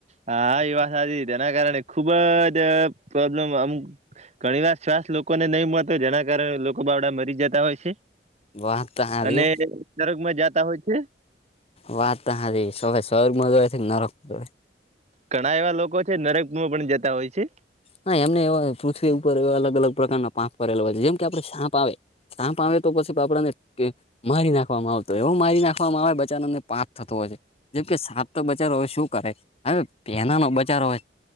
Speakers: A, on the right; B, on the left.
A: હા એ વાત સાચી. તેના કારણે ખુબ જ પ્રોબ્લેમ અમુક ઘણી વાર શ્વાસ લોકોને નહી મળતો હોય જેના કારણે લોકો બાવડા મરી જતા હોય છે.
B: વાત તો હાચી
A: અને
B: હો
A: નરકમાં જાતા હોય છે.
B: વાત ત હાસી. શવે સ્વર્ગમાં જ હોય છે કે નરક હોય.
A: ઘણા એવા લોકો છે નરકમાં પણ જતા હોય છે.
B: હા એમને એવા પૃથ્વી ઉપર એવા અલગ અલગ પ્રકારના પાપ કરેલા હોય છે. જેમ કે આપણે સાપ આવે, સાપ આવે તો પછી બાપડા ને કે મારી નાખવામાં આવતો એવું મારી નાખવામાં આવે બચાનોને પાપ થતો હોય છે. જેમ કે સાપ તો બચારો હવે શું કરે. હવે પેના નો બચારો હોય,